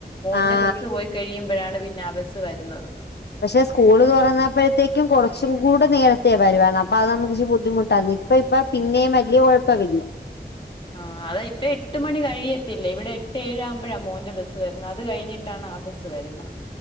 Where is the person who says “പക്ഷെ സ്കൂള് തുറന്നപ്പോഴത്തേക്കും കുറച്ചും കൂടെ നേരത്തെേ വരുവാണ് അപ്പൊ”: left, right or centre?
Left